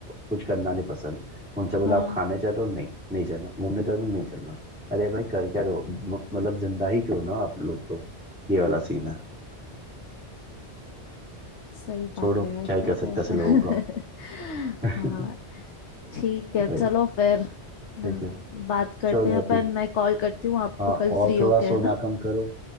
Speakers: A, in the centre; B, on the left.
A: कुछ करना नहीं पसंद उनसे बोला
B: हाँ
A: आप खाने चलो नहीं नहीं चलना घूमने चलो नहीं चलना अरे भाई कर क्या रहो म- मतलब जिंदा ही क्यों ना आप लोग तो ये वाला सीन है
B: सही
A: छोड़ो
B: बात है यार
A: क्या ही कर
B: होता
A: सकते
B: है ऐसा।
A: हैं ऐसे
B: <laughs>
A: लोगों का <laughs>
B: हाँ ठीक है
A: भाई
B: चलो फिर मिल-
A: ठीक है
B: बात करते
A: चलो
B: हैं
A: नियति
B: अपन मैं कॉल करती हूँ आपको
A: हाँ और
B: कल फ्री
A: थोड़ा
B: होके
A: सोना
B: है ना
A: कम करो